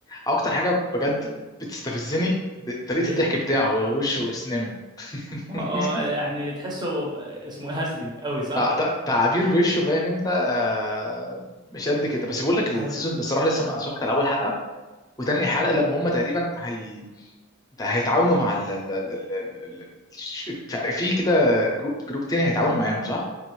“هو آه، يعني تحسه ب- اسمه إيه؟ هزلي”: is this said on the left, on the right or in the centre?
Right